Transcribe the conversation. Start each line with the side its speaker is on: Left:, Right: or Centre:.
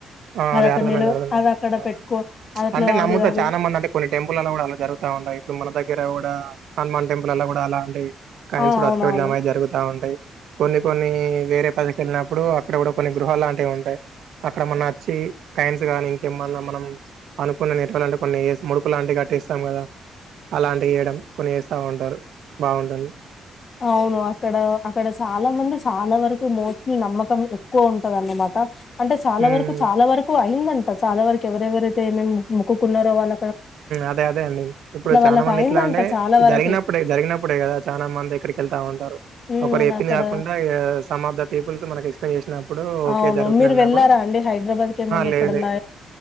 Right: ఆ
Left: అది
Right: అదే
Left: అక్కడ
Right: అర్థమైంది
Left: నిలవ
Right: అర్థమైంది
Left: అది అక్కడ పెట్టుకో అది అట్లా
Right: అంటే నమ్ముతా
Left: అది అది
Right: చాలా మంది అంటే కొన్ని టెంపుల్లా కూడా అలా జరుగుతా ఉంటాయి. ఇప్పుడు మన దగ్గర కూడా హనుమాన్ టెంపుల్ అలా కూడా అలా అంటియ్ కాయిన్స్
Left: ఆ అవునవును
Right: పట్టుకుపోయి <unintelligible> జరుగుతా ఉంటాయి. కొన్ని కొన్ని వేరే పదిక వెళ్ళినప్పుడు అక్కడ కూడా కొన్ని గృహాలు లాంటివి ఉంటాయి అక్కడ మన్న కైన్స్ గానీ ఇంకేమన్నా మనం అనుకున్న నర్వలు అంటే కొన్ని ముడుపు లాంటివి కట్టటిేస్తాం కదా అలాంటివి వేయడం కొన్ని వేస్తా ఉంటారు బాగుంటుంది
Left: అవును అక్కడ అక్కడ చాలా మంది చాలా వరకు మో ఈ నమ్మకం ఎక్కువ ఉంటదన్నమాట అంటే చాలా
Right: హ్మ్
Left: వరకు చాలా వరకు అయిందండి చాలా వరకు ఎవరెవరైతేమేమి మొక్కున్నారో వాళ్ళ
Right: అదే అదే అండి ఇప్పుడు చాలా
Left: వాళ్ళకి
Right: మంది
Left: అయిందంట
Right: ఇట్లా అంటే
Left: చాలా వరకి
Right: జరిగినప్పుడే జరిగినప్పుడే కదా చాలా మంది ఇక్కడికి వెళ్తాంటడి
Left: ఉమ్
Right: ఒకరు ఎప్పిన
Left: అక్కడ
Right: కాకుండామ్ ఆఫ్ ద పీపుల్స్ మన ఎప్న్ చే ఓకే
Left: అవును
Right: జరుగుతున్నప్పుడు
Left: మీరు వెళ్ళారా అండి హైదరాబాద్ కి ఏమన్నా
Right: లేదు
Left: ఎప్పుడన్నా